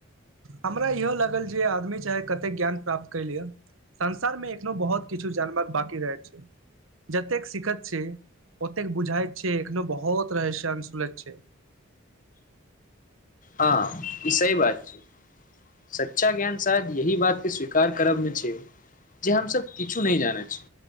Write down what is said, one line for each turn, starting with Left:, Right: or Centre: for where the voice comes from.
Right: हमरा इहो लागल जे आदमी चाहे कतेक ज्ञान प्राप्त क लियए संसार में एखनो बहुत किछु जानव बकी रहै छै जतेक सिखत छै ओतेक बुझाइत छै एखनो बहुत रहस्य अंसुलेझ छै
Left: हँ ई सही बात छै सच्चा ज्ञान शायद यह बात के स्वीकार करबमे छै जे हमस किछु नय जानै छी